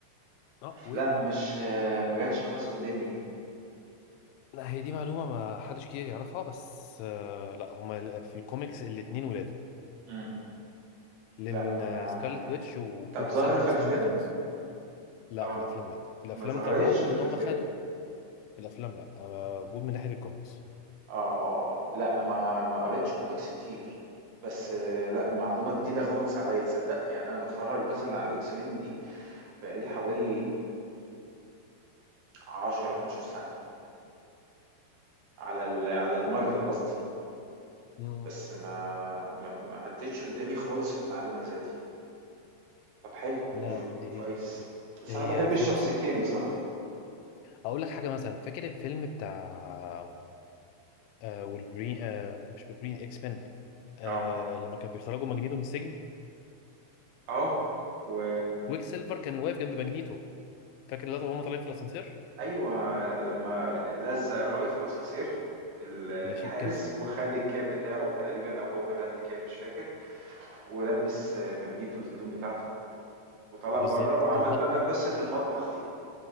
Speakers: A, on the left (about 85°); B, on the right (about 65°).
A: اه وابنه
B: لا مش آه، ما جاتش خالص قدامي دي
A: لا هي دي معلومة ما حدش كتير يعرفها بس آه، لا هما في الكوميكس الاتنين ولاده
B: مم.
A: لان
B: لا ما...
A: سكارلت ويتش وكوكي
B: طب ظهرت
A: سيلفر
B: في
A: اصلا
B: افلام
A: ميوتنتس لا
B: اه
A: في الافلام لا في الافلام
B: ما ظهرتش
A: طلعوهم
B: في
A: ان
B: الافلام
A: هم خدوا في الافلام لا انا بقول من ناحية الكوميكس
B: آه، آه، آه. لأ، ما ما قريتش كوميكس كتير، بس آه، لأ، معلومة جديدة خالص عليّا تصدّق؟ يعني أنا باتفرّج مثلًا على الX men دي بقى لي حوالي 10، 12 سَنة، على ال على الMarvel قصدي،
A: مم.
B: بس ما ما ما عدّتش قدّامي خالص المعلومة اللي زي دي. طَب حلو، حلو،
A: لا دي
B: كويس. بس
A: هي
B: أنا باحب
A: في
B: الشخصيتين
A: الافلام
B: بصراحة.
A: اقول لك حاجه مثلا فاكر الفيلم بتاع آه وولفرين آه مش وولفرين اكس مان آه
B: آه،
A: لما كان بيخرجوا ماجنيتو من السجن
B: آه، و
A: كويك سيلفر كان واقف جنب ماجنيتو فاكر اللقطه وهم طالعين في الاسانسير
B: أيوه، لمّا لزّق الراجل في الأسانسير ال
A: ماشي
B: الحارس
A: كان في
B: وخَد الكاب بتاعه تقريبًا أو هو كان رايح بكاب مش فاكر، ولبِّس مجديتو الهدوم بتاعته وطلع
A: بالظبط
B: برّه وعمل
A: اللقطه
B: بقى قصة المطبخ دي.